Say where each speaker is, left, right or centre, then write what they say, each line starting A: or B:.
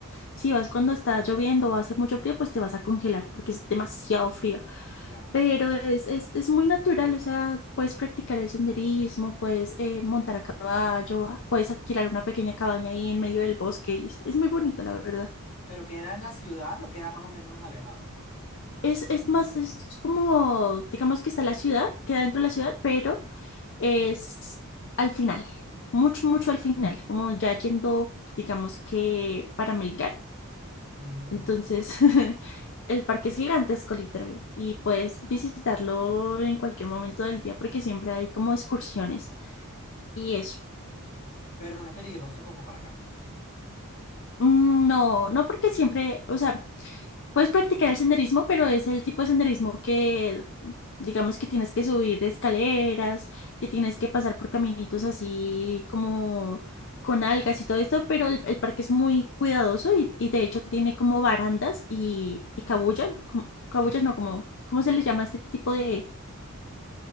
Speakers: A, on the left; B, on the left.
A: si vas cuando está lloviendo o hace mucho frío pues te vas a congelar porque es demasiado frío.
B: Claro.
A: Pero es, es, es muy natural, o sea, puedes practicar el senderismo, puedes eh, montar a caballo, ah, puedes adquirir una pequeña cabaña ahí en medio del bosque. y Es, es muy bonito, la verdad.
B: ¿Pero queda en la ciudad o queda más o menos alejado?
A: Es, es más, es como, digamos que está la ciudad, queda dentro de la ciudad, pero es al final, mucho, mucho al final, como ya yendo, digamos que para Melgar.
B: Mm.
A: Entonces, <laughs> el parque es gigantesco, literal, y puedes visitarlo en cualquier momento del día porque siempre hay como excursiones y es
B: Pero no no es peligroso como para caminar y eso.
A: Mm, No, no porque siempre, o sea, puedes practicar el senderismo, pero es el tipo de senderismo que, digamos que tienes que subir escaleras, que tienes que pasar por caminitos así como con algas y todo esto, pero el, el parque es muy cuidadoso y, y de hecho tiene como barandas y, y cabullas, como- cabullas
B: Ok,
A: no, como, ¿cómo se les llama este tipo de,